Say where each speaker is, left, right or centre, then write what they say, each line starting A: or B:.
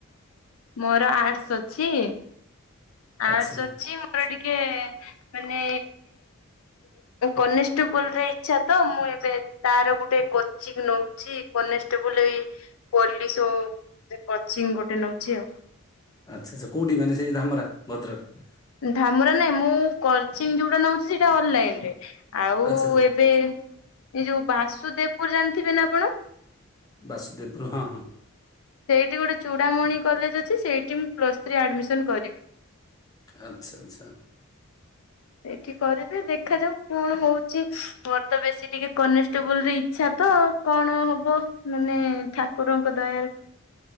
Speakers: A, on the left; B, on the left.
A: ମୋର ଆର୍ଟ୍ସ ଅଛି। ଆର୍ଟ୍ସ
B: ଆଚ୍ଛା।
A: ଅଛି ମୋର ଟିକେ ମାନେ କନେଷ୍ଟେବୁଲ ରେ ଇଛା ତ ମୁଁ ଏବେ ତାର ଗୋଟେ କୋଚିଂ ନଉ ନଉଚି କନେଷ୍ଟବଲ ଏଇ ପୋଲିସ ବ କଚିଂ ଗୋଟେ ନଉଛି ଆଉ।
B: ଆଛା ଆଛା କୋଉଠି ମାନେ ସେଇ ଧାମରା ଭଦ୍ରକ?
A: ଧାମରା ନାଇଁ ମୁଁ କୋଚିଂ ଯୋଉଟା ନଉଛି ସେଇଟା ଅନଲାଇନ ରେ। ଆଉ
B: ଆଚ୍ଛା ଆଚ୍ଛା
A: ଏବେ ଏ ଯୋଉ ବାସୁଦେବପୁର ଜାଣିଥିବେ ନା ଆପଣ?
B: ବାସୁଦେବ ବୃ ହଁ ହଁ।
A: ସେଇଟି ଗୋଟେ ଚୂଡ଼ାମଣି କଲେଜ ଅଛି ସେଇଠି ମୁଁ ପ୍ଲସ୍ ଥ୍ରୀ ଆଡମିସନ କରିବି।
B: ଆଚ୍ଛା ଆଚଛା
A: ସେଇଟି କରିବି ଦେଖାଯାଉ କଣ ହଉଚି। ମୋର ତ ବେଶୀ ଟିକେ କନେଷ୍ଟେବୁଲରେ ଇଚ୍ଛା ତ କଣ ହବ ମାନେ ଠାକୁର ଙ୍କ ଦୟାରୁ